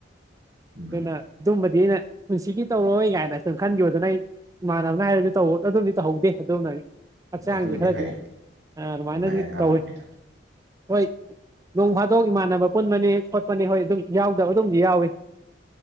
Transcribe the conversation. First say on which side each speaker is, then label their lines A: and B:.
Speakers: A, on the right; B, on the right.
A: ꯎꯝ
B: ꯑꯗꯨꯅ ꯑꯗꯨꯝꯕꯗꯤ ꯑꯩꯅ ꯄꯨꯟꯁꯤꯒꯤ ꯇꯧꯔꯣꯏ ꯀꯥꯏꯅꯝ ꯈꯟꯈꯤꯕꯣ ꯑꯗꯨꯅ ꯑꯩ ꯏꯃꯥꯟꯅꯕꯅ ꯍꯥꯏꯔꯗꯤ ꯇꯧ ꯑꯗꯨꯝꯗꯤꯧꯍꯧꯗꯦ ꯑꯗꯨꯝꯅ ꯑꯩ ꯍꯛꯆꯥꯡꯗꯤ
A: ꯑꯗꯨꯗꯤ
B: ꯈꯔꯗꯤ
A: ꯐꯩ
B: ꯑꯗꯨꯃꯥꯏꯅꯗꯤ
A: ꯑꯗꯨꯃꯥꯏꯅ ꯉꯥꯡꯉꯝꯃꯤꯗꯣ
B: ꯇꯧꯋꯤ ꯍꯣꯏ ꯅꯣꯡ ꯐꯥꯗꯣꯛ ꯏꯃꯥꯟꯅꯕ ꯄꯨꯟꯕꯅꯤ ꯈꯣꯠꯄꯅꯤ ꯍꯣꯏ ꯑꯗꯨꯝ ꯌꯥꯎꯗꯕ ꯑꯗꯨꯝꯗꯤ ꯌꯥꯎꯏ